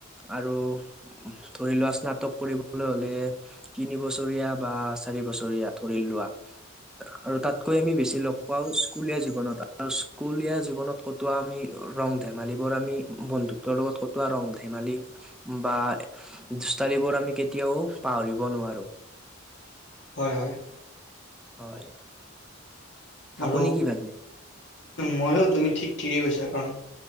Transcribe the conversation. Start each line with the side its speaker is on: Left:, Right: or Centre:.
Centre: আৰু ধৰি লোৱা স্নাতক কৰিবলৈ হলে তিন বছৰীয়া বা চাৰি বছৰীয়া ধৰি লোৱা, আৰু তাতেই কৈ আমি বেছি লগ পাওঁ স্কুলীয়া জীৱনত আৰু স্কুলীয়া জীৱনত কতোৱা আমি ৰং ধেমালিবোৰ, আমি বন্ধুত্বৰ লগত কতোৱা ৰং ধেমালি বা দুষ্টালিবোৰ আমি কেতিয়াও পাহৰিব নোৱাৰো।
Left: <unintelligible> হ্য় হ্য়।
Centre: হয়।
Left: আৰু,
Centre: আপুনি কি ভাবে
Left: ময়ো তুমি ঠিক ঠিকেই কৈছা কাৰণ